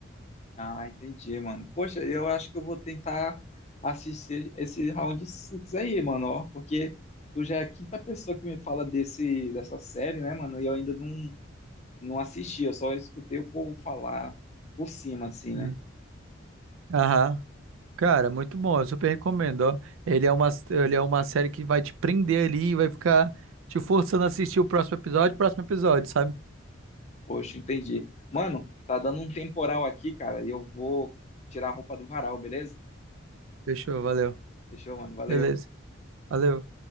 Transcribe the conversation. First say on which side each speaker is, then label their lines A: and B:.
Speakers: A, on the left (about 35°); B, on the right (about 80°).
A: Ah, entendi, mano. Poxa, eu acho que eu vou tentar assistir esse Round six aí, mano, ó, porque tu já é a quinta pessoa que me fala desse, dessa série, né, mano, e eu ainda não, não assisti, eu só escutei o povo falar por cima, assim, né?
B: Hum. Aham. Cara, muito bom, eu super recomendo, ó. Ele é uma, ele é uma série que vai te prender ali e vai ficar te forçando a assistir o próximo episódio, próximo episódio, sabe?
A: Poxa, entendi. Mano, tá dando um temporal aqui, cara, e eu vou tirar a roupa do varal, beleza?
B: Fechou, valeu.
A: Fechou, mano, valeu.
B: Beleza. Valeu.